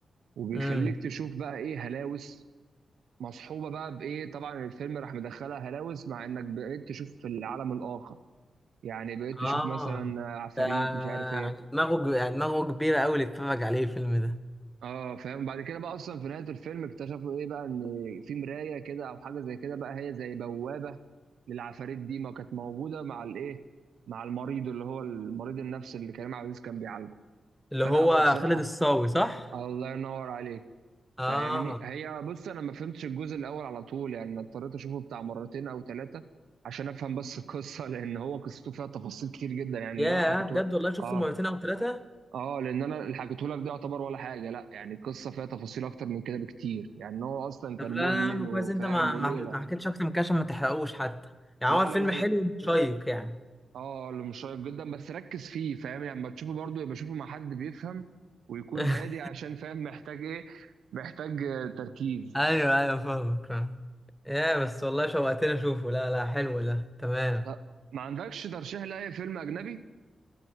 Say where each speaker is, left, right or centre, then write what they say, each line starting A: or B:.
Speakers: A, on the right (about 80°); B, in the centre.
A: وبيخليك
B: امم
A: تشوف بقى ايه هلاوس مصحوبه بقى بايه طبعا الفيلم راح مدخلها هلاوس مع انك بقيت تشوف في العالم الاخر يعني بقيت
B: اه
A: تشوف مثلا عفاريت
B: ده يعني
A: مش عارف ايه
B: دماغه ج- يعني دماغه كبيره قوي اللي اتفرج عليه الفيلم ده
A: اه فاهم بعد كده بقى اصلا في نهايه الفيلم اكتشفوا ايه بقى ان في مرايه كده او حاجه زي كده بقى هي زي بوابه للعفاريت دي ما كانت موجوده مع الايه مع المريض اللي هو المريض النفسي اللي كريم عبد العزيز كان بيعالجه
B: اللي
A: فلا
B: هو
A: هو بصراحه
B: خالد الصاوي صح
A: الله ينور عليك
B: اه
A: فاهمني هي بص انا ما فهمتش الجزء الاول على طول يعني أنا اضطريت اشوفه بتاع مرتين او ثلاثه عشان افهم بس القصه لان هو قصته فيها تفاصيل كتير جدا يعني
B: يا
A: اللي انا حكيته
B: بجد والله شفته
A: اه
B: مرتين او ثلاثه
A: اه لان انا اللي حكيته لك ده يعتبر ولا حاجه لا يعني القصه فيها تفاصيل اكتر من كده بكتير يعني هو اصلا كان
B: طب لا
A: مدمن
B: لا يا عم
A: وفاهم
B: كويس انت ما
A: وليله
B: ما ما حكيتش اكتر من كده عشان ما تحرقوش حتى يعني
A: لا
B: هو الفيلم
A: لا لا
B: حلو
A: لا
B: وشيق يعني
A: اه اللي مشيق جدا بس ركز فيه فاهم يعني لما تشوفه برضه يبقى شوفه مع حد بيفهم ويكون
B: <laughs>
A: هادي عشان فاهم محتاج ايه محتاج آه، تركيز
B: ايوه ايوه فاهمك فاهم يا بس والله شوقتني اشوفه لا لا حلو ده تمام
A: طب ما عندكش ترشيح لاي فيلم اجنبي